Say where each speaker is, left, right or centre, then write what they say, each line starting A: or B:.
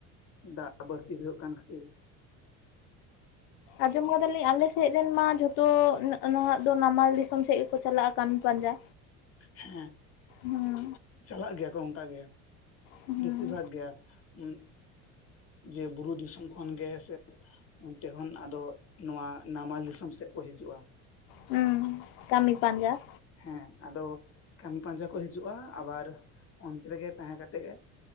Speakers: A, on the left; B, on the left.
A: ᱫᱟᱜ ᱵᱟᱹᱲᱛᱤ ᱦᱩᱭᱩᱜ ᱠᱟᱱ ᱠᱷᱟᱹᱛᱤᱨ᱾
B: ᱟᱸᱡᱚᱢ ᱟᱠᱟᱫᱟᱞᱤᱧ ᱟᱞᱮ ᱥᱮᱫ ᱨᱮᱱ ᱢᱟ ᱡᱷᱚᱛᱚ ᱱᱟᱜ ᱱᱟᱦᱟᱜ ᱫᱚ ᱱᱟᱢᱟᱞ ᱫᱤᱥᱚᱢ ᱥᱮᱫ ᱜᱮᱠᱚ ᱪᱟᱞᱟᱜᱼᱟ ᱠᱟᱹᱢᱤ ᱯᱟᱸᱡᱟ᱾
A: ᱦᱮᱸ᱾
B: ᱦᱩᱸ
A: ᱪᱟᱞᱟᱜ ᱜᱮᱭᱟ ᱠᱚ ᱚᱱᱠᱟ ᱜᱮ
B: ᱦᱩᱸ
A: ᱵᱮᱥᱤᱨ ᱵᱷᱟᱜᱽ ᱜᱮ, ᱩᱸᱜ ᱡᱮ ᱵᱩᱨᱩ ᱫᱤᱥᱚᱢ ᱠᱷᱚᱱ ᱜᱮ ᱥᱮ ᱚᱱᱛᱮ ᱠᱷᱚᱱ ᱟᱫᱚ ᱱᱚᱣᱟ ᱱᱟᱢᱟᱞ ᱫᱤᱥᱚᱢ ᱥᱮᱫ ᱠᱚ ᱦᱤᱡᱩᱜᱼᱟ᱾
B: ᱦᱩᱸ ᱠᱟᱹᱢᱤ ᱯᱟᱸᱡᱟ᱾
A: ᱦᱮᱸ ᱟᱫᱚ ᱠᱟᱹᱢᱤ ᱯᱟᱸᱡᱟ ᱠᱚ ᱦᱤᱡᱩᱜᱼᱟ ᱟᱵᱟᱨ ᱚᱱᱛᱮ ᱨᱮᱜᱮ ᱛᱟᱦᱮᱸ ᱠᱟᱛᱮᱫ ᱜᱮ